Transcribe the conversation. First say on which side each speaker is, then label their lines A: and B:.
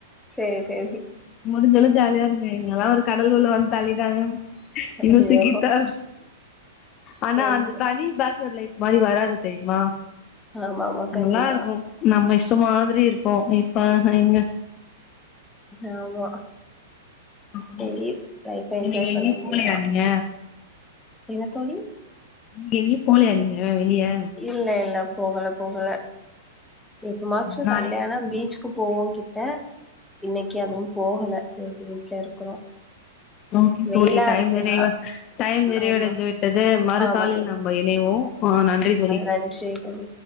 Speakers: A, in the centre; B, on the left.
A: சேரி சேரி
B: முடிஞ்ச அளவு ஜாலியா இருங்க எங்கில்லா ஒரு கடல் உள்ள வந்து தள்ளிட்டாங்க இன்னு
A: ஐயோ
B: சிக்கிடா ஆனா
A: சேரி
B: அந்த
A: சேரி
B: தனி பேச்சுலர் லைப் மாரி வராது தெரியுமா
A: ஆமா ஆமா கண்டிப்பா
B: நல்லா இருக்கும் நம்ம இஷ் சு மாதிரி இருப்போம் இப்ப ஹ இங்க
A: ஆமா
B: அப்டினா
A: சேரி லைஃப என்ஜாய்
B: இன்னக்கி எங்கயும்
A: பண்ண வேண்டியதா
B: போலயா நீங்க
A: என்ன தோழி
B: இன்னைக்கு எங்கயும் போலயா நீங்க அ வெளிய
A: இல்ல இல்ல போகல போகல எப்பமாச்சு
B: நாளைக்கு
A: சண்டே ஆனா பீச் எப்ப போவு ஓகே ட இன்னைக்கு அது போகல வீட்ல இருக்குறோ
B: ஓகே
A: வெயிலா
B: தோழி டைம்
A: இருக்குன்னா
B: நிற டைம் நிறைவடைந்து
A: ஆமா
B: விட்டது மறுகாலில்
A: ஆமா தோழி
B: நாம் இணைவோம் ஆ நன்றி தோழி
A: நன்றி தோழி